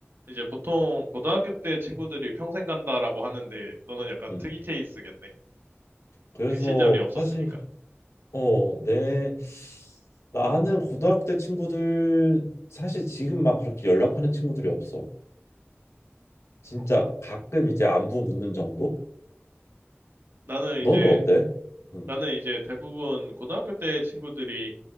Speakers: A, on the right; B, on the left.
A: 이제 보통 고등학교 때 친구들이 평생 간다라고 하는데, 너는 약간
B: 음.
A: 특이 케이스겠네.
B: 그래서
A: 그 시절이 없었으니까.
B: 사실 어, 내 나는 고등학교 때 친구들 사실 지금 막 그렇게 연락하는 친구들이 없어. 진짜
A: 그렇구나.
B: 가끔 이제 안부 묻는 정도?
A: 나는
B: 너는
A: 이제
B: 어때? 음.
A: 나는 이제 대부분 고등학교 때 친구들이